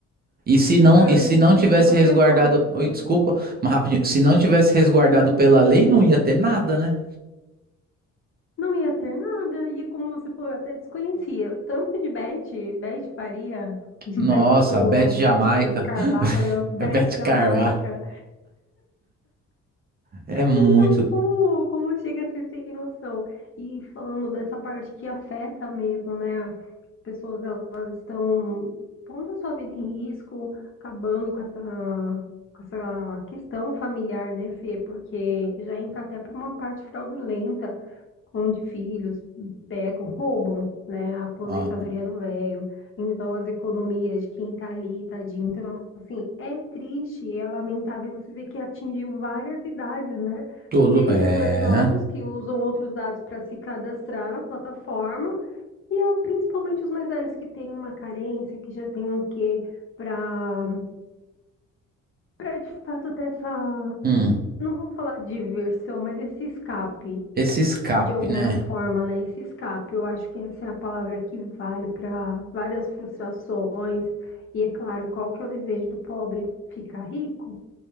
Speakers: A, on the right; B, on the left.
A: E se não,
B: Eu, eu
A: e se
B: ri esses
A: não tivesse
B: dias que você
A: resguardado,
B: falou.
A: oi,
B: Eu,
A: desculpa, mas rapidinho, se não tivesse resguardado
B: Não,
A: pela lei, não ia ter nada, né?
B: não ia ter nada. E como você falou, eu até desconhecia. O Tanto de Beth, Beth Faria, <laughs> Beto,
A: Nossa, Beth
B: Beth
A: Jamaica,
B: Carvalho,
A: <laughs>
B: Beth
A: Beth
B: Jamaica.
A: Carwá, é muito,
B: Então, como, como chega a ser sem noção? E falando dessa parte que afeta mesmo, né? pessoas elas estão pondo a sua vida em risco, acabando com essa, com essa questão familiar, né, Fê? Porque já entra até para uma parte fraudulenta, onde filhos pegam, roubam, né, a aposentadoria
A: ó,
B: do velho, então as economias de quem tá ali, tadinho. Então, assim, é triste, é lamentável você ver que atingiu várias idades, né?
A: tudo,
B: Desde
A: é,
B: os mais novos, que usam outros dados para se cadastrar na plataforma, e ah, principalmente os mais velhos que têm uma carência, que já têm um quê para para de fato ter essa,
A: hum,
B: não vou falar diversão, mas esse escape
A: esse escape,
B: de alguma
A: né?
B: forma, né? Esse escape, eu acho que essa é a palavra que vale para várias frustrações. E é claro, qual que é o desejo do pobre? Ficar rico.